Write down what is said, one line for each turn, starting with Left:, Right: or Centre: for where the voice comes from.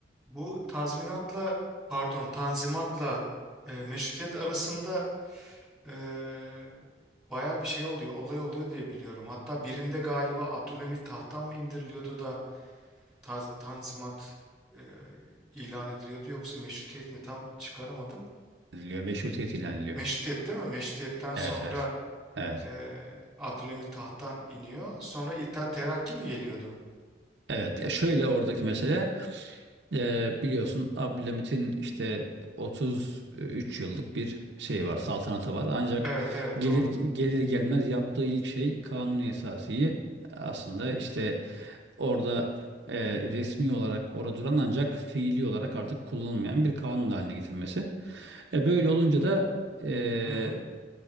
Centre: Bu tazminatla pardon tanzimatla e, meşrutiyet arasında e, baya bir şey oluyor, olay oluyor diye biliyorum. Hatta birinde galiba Abdülhamit tahttan mı indiriliyordu da taz, tanzimat e, ilan ediliyordu yoksa meşrutiyet mi tam çıkaramadım.
Right: ediliyor. Meşrutiyet ilan ediliyor.
Centre: Meşrutiyet değil mi? Meşrutiyetten sonra
Right: Evet evet. Evet.
Centre: e, Abdülhamit tahttan iniyor. Sonra İttihat Terakki mi geliyordu?
Right: Evet ya şöyle oradaki mesele e, biliyorsun Abdülhamit'in işte 33 yıllık bir şeyi var saltanatı var ancak
Centre: Evet evet
Right: gelir
Centre: doğru.
Right: gelir gelmez yaptığı ilk şey Kanuni Esasi'yi aslında işte orada e, resmi olarak orada duran ancak fiili olarak artık kullanılmayan bir kanun haline getirmesi. E, böyle olunca da e,
Centre: Hı hı.